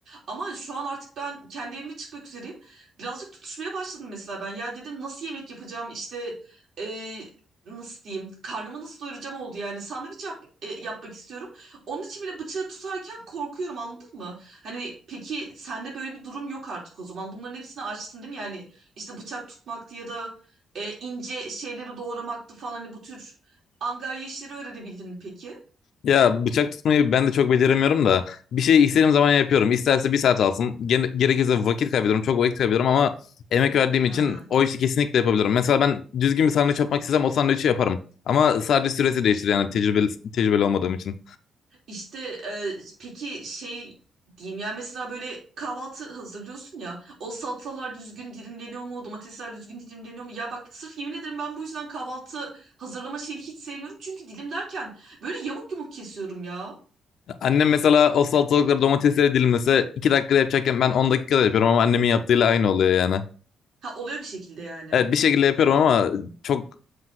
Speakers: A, on the right; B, on the left.
A: Ama şu an artık ben kendi evime çıkmak üzereyim. Birazcık tutuşmaya başladım mesela ben. Ya dedim nasıl yemek yapacağım işte e, nasıl diyeyim karnımı nasıl doyuracağım oldu yani. Sandviç yap- e, yapmak istiyorum. Onun için bile bıçağı tutarken korkuyorum anladın mı? Hani peki sende böyle bir durum yok artık o zaman. Bunların hepsini açtın değil mi? Yani işte bıçak tutmaktı ya da e, ince şeyleri doğramaktı falan hani bu tür angarya işleri öğrenebildin mi peki?
B: Ya bıçak tutmayı ben de çok beceremiyorum da bir şey istediğim zaman yapıyorum. İsterse bir saat alsın. Gene- Gerekirse vakit kaybediyorum. Çok vakit kaybediyorum ama emek verdiğim
A: Ha.
B: için o işi kesinlikle yapabilirim. Mesela ben düzgün bir sandviç yapmak istesem o sandviçi yaparım. Ama sadece süresi değişir yani tecrübeli, tecrübeli olmadığım için.
A: İşte e, peki şey diyeyim yani mesela böyle kahvaltı hazırlıyorsun ya o salatalar düzgün dilimleniyor mu domatesler düzgün dilimleniyor mu ya bak sırf yemin ederim ben bu yüzden kahvaltı hazırlama şeyini hiç sevmiyorum çünkü dilimlerken böyle yamuk yumuk kesiyorum ya.
B: Annem mesela o salatalıkları domatesleri dilimlese 2 dakikada yapacakken ben 10 dakikada yapıyorum ama annemin yaptığıyla aynı oluyor yani.
A: Ha oluyor bir şekilde yani.
B: Evet bir şekilde yapıyorum ama çok